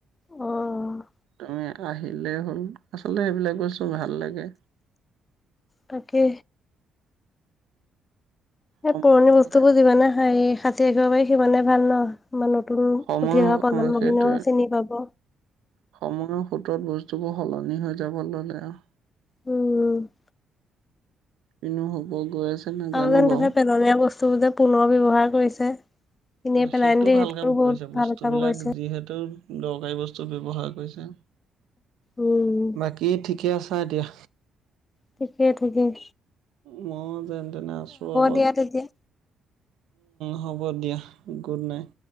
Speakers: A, on the left; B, on the right.
A: অ'
B: তুমি আহিলেই হ'ল, আচলতে সেইবিলাক বস্তু ভাল লাগে।
A: তাকে
B: সময়
A: এই পুৰণি বস্তুবোৰ যিমানে সাঁচি ৰাখিব পাৰি, সিমানে ভাল ন'। বা নতুন
B: সময়
A: উঠি অহা প্ৰজন্মখিনিও
B: অ, সেইটোৱে।
A: চিনি পাব।
B: সময়ৰ সোঁতত বস্তুবোৰ সলনি হৈ যাব ল'লে আৰু।
A: উম।
B: কিনো হ'ব গৈ আছে। নাজানো
A: আৰু যেন
B: বাৰু।
A: তাতে পেলনীয়া বস্তুবোৰ যে পুনৰ ব্যৱহাৰ কৰিছে। এনেই
B: অ'
A: পেলাই
B: সেইটো
A: নিদি
B: ভাল
A: সেইটোও
B: কাম
A: বহুত
B: কৰিছে বস্তুবিলাক
A: ভাল কাম কৰিছে।
B: যিহেতু দৰকাৰী বস্তু ব্যৱহাৰ কৰিছে।
A: উম
B: বাকী ঠিকে আছা এতিয়া?
A: ঠিকেইে ঠিকেইে।
B: মই যেন তেনে আছো অবাক
A: দিয়া তেতিয়া।
B: হ'ব দিয়া গুড নাইট।